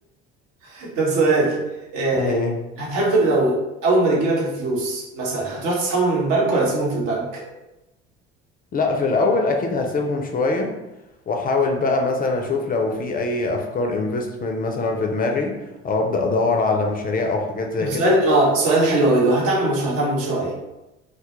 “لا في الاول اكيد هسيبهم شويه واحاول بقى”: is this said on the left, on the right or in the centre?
Left